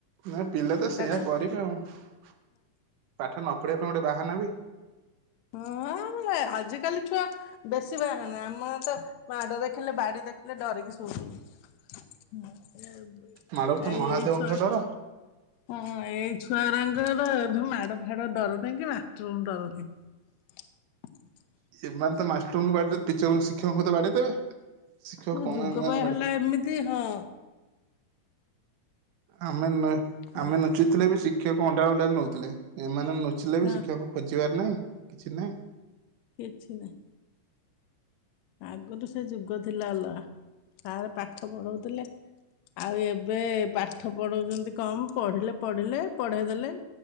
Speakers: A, on the right; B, on the left.
A: ନା ପିଲା ତ
B: ଏଟା
A: ସେଇଆ
B: କଣ
A: କରିଵେ ଆଉ ପାଠ ନ ପଢିବା ପାଇଁ ଗୋଟେ ବାହାନାବି।
B: <unintelligible> ଆଜିକାଲି ଛୁଆ। ବେଶୀ ବାହାନା ଆମର ତ ମାଡ ଦେଖିଲେ ବାଡି ଦେଖିଲେ ଡରିକି ଶୋଉଥିଲୁ। ଆଉ
A: ମାଡକୁ ତ
B: ଏଇ
A: ମହାଦେବଙ୍କ
B: ଏଇଛୁଆ।
A: ଡର
B: ହଁ ଏଇ ଛୁଆରାଙ୍କର ଏବେ ମାଡ ଫାଡ ଡର ନାହିଁ କି ମାଷ୍ଟରଙ୍କୁ ଡର ନାହିଁ। <unintelligible>
A: ସେମାନେ ତ ମାଷ୍ଟରଙ୍କୁ ବାଡେ ଟିଚର ଶିକ୍ଷକଙ୍କୁ ତ ବାଡେଇ ଦେବେ। ଶିକ୍ଷକ କଣ
B: ଯୁଗ
A: ଏମାନେ
B: ପା ହେଲା
A: ବାଡେଇ
B: ଏମିତି ହଁ।
A: ଆମେ ନ
B: ଆଗରୁ
A: ଆମେ ନୁଚୁଥିଲେ ବି ଶିକ୍ଷକ ଅଣ୍ଡାଳି ଅଣ୍ଡାଳି ନଉଥିଲେ। ଏମାନେ ନୁଚିଲେ
B: ହଁ
A: ବି ଶିକ୍ଷକ ଖୋଜିବାର ନାହିଁ କିଛି ନାହିଁ।
B: କିଛି ନାହିଁ। ଆଗରୁ ସେ ଯୁଗ ଥିଲା ଅଲାଗା ସାରେ ପାଠ ପଢଉଥିଲେ। ଆଉ ଏବେ ପାଠ ପଢଉଛନ୍ତି କମ ପଢିଲେ ପଢିଲେ ପଢେଇ ଦେଲେ।